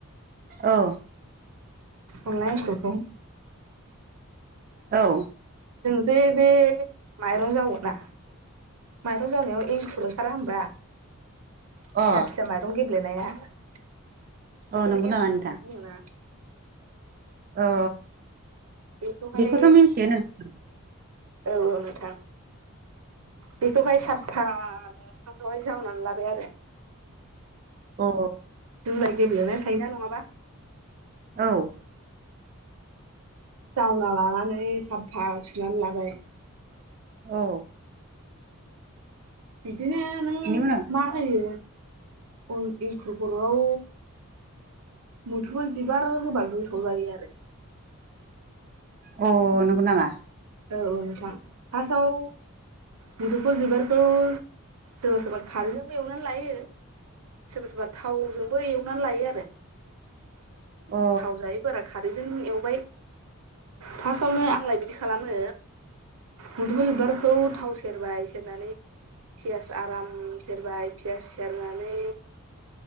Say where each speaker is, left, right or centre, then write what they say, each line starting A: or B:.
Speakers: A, on the right (about 40°); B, on the right (about 85°).
A: औ
B: अनला एंखुरखौ
A: औ
B: ओइ बे माइरं जावोना माइरं जावनायाव एंखुर ओंखारा होमबा
A: अ
B: फिसा फिसा माइरं गेब्लेनाया बेखोनो
A: औ नंगौ नामा
B: एंखुर
A: नोंथां?
B: होननानै बुङो ना
A: अ
B: बेखौहाय
A: बेखौथ' मिन्थियो नों <unintelligible>
B: औ औ नोंथां बेखौहाय साबफानो फार्स्टआवहाय जावनानै लाबाय आरो
A: अ
B: जुजाय गेब्लेनाय थायोना नङाबा
A: औ
B: जावना लानानै साबफा सुनानै लाबाय
A: औ
B: दिनो नों
A: बेनि उनाव
B: मा होयो अन इंखुर खर'आव मुदुफुल बिबार होबा गोथाव जायो आरो
A: अ नंगौ नामा
B: औ औ नोंथां फासाव मुदुफुल बिबारखौ सोरबा सोरबा खारैजोंबो एवनानै लायो सोरबा सोरबा थावजोंबो एवनानै लायो आरो
A: अ
B: थाव जायै फोरा खारैजों एवबाय फासावनो आंलाय बिदिख खालामो मुदुफुल बिबारखौ थाव सेरबाय सेरनानै फियास आराम सेरबाय पियास सेरनानै।